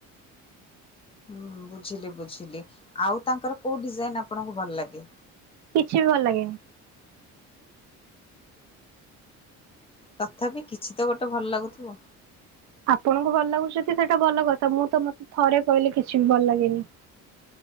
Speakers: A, on the left; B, on the right.
A: ହୁଁ ବୁଝିଲି ବୁଝିଲି ଆଉ ତାଙ୍କର କୋଉ ଡିଜାଇନ ଆପଣଙ୍କୁ ଭଲ ଲାଗେ?
B: କିଛି ବି ଭଲ ଲାଗେନି।
A: ତଥାପି କିଛି ତ ଗୋଟେ ଭଲ ଲାଗୁଥିବ।
B: ଆପଣଙ୍କୁ ଭଲ ଲାଗୁ ସତି ସେଟା ଟା ଭଲ କଥା ମୁଁ ତ ମତେ ଥରେ କହିଲେ କିଛି ବି ଭଲ ଲାଗେନି।